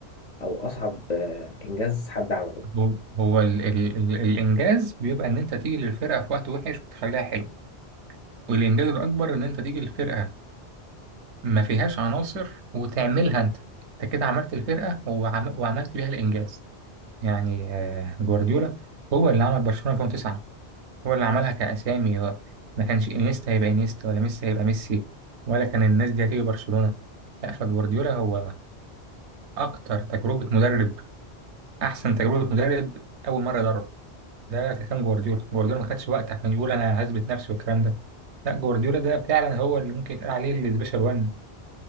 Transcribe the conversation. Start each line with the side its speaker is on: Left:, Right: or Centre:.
Left: او اصعب آه، انجاز حد عمله
Right: هو, هو ال ال ال الانجاز بيبقى ان انت تيجي للفرقه في وقت وحش وتخليها حلو والانجاز الاكبر ان انت تيجي للفرقه ما فيهاش عناصر وتعملها انت انت كده عملت الفرقه وعم وعملت بيها الانجاز يعني آه، جوارديولا هو اللي عمل برشلونه 2009 هو اللي عملها كأسامي هو ما كانش انيستا هيبقى انيستا ولا ميسي هيبقى ميسي ولا كان الناس دي هتيجي برشلونة لا فجوارديولا هو أكتر تجربة مدرب أحسن تجربة مدرب أول مرة يدرب ده كان جوارديولا جوارديولا ما خدش وقت عشان يقول أنا هثبت نفسي والكلام ده لا جوارديولا ده فعلا هو اللي ممكن يتقال عليه السبيشال وان